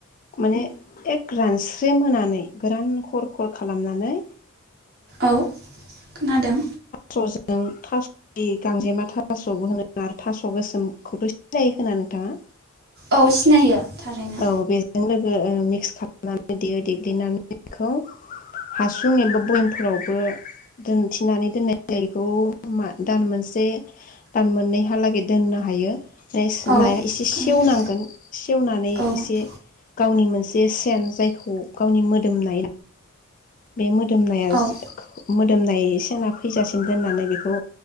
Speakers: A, on the left (about 40°); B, on the right (about 50°).
A: माने एक रानस्रेम होनानै गोरान हर कल खालामनानै
B: औ खोनादों
A: थास'जों थास' गांजेमा थास'बो होनो आरो थास' गोसोमखौथ' सिनाखायो ना नोंथाङा?
B: औ सिनायो थारैनो
A: औ बेजों ओ ओ मिक्स खालामनानै देयो देग्लिनानै बेखौ हासुं एबा भयमफोरावबो दोनथिनानै दोननाय जायो बेखौ दान मोनसे दान मोननैहालागै दोननो हायो <unintelligible>
B: औ
A: नाया एसे सेवनांगोन
B: खोनादों
A: सेवनानै
B: औ
A: मोन गावनि मोनसे सेन जायखौ गावनि मोदोमनाय बे मोदोमनाया
B: औ
A: दोमनाय सना फैजासिम दोननानै बेखौ